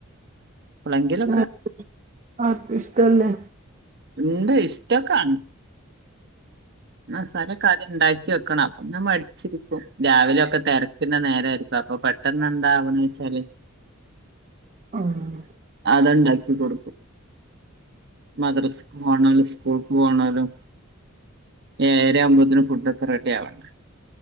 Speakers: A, on the right; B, on the right.
A: എപ്പളെങ്കിലൊക്കെ
B: ആ ആർക്കും ഇഷ്ടല്ലേ
A: ഇണ്ട് ഇഷ്ട്ടക്കാണ് മാസാലക്കാദ്യ ഇണ്ടാക്കി വെക്കണം അപ്പൊന്ന് മടിച്ചിരിക്കും രാവിലൊക്കെ തെരക്കിന്റെ നേരയിരിക്കും അപ്പൊ പെ ട്ടെന്നെന്താ ആവ്ണെച്ചാല്
B: <inaudible>
A: അത് ഉണ്ടാക്കി കൊടുക്കും മദ്രസക്ക് പോണാലും സ്കൂൾക്ക് പോണാലും ഏരാ ആമ്പോത്തേന് ഫുഡൊക്കെ റെഡിയവണ്ടെ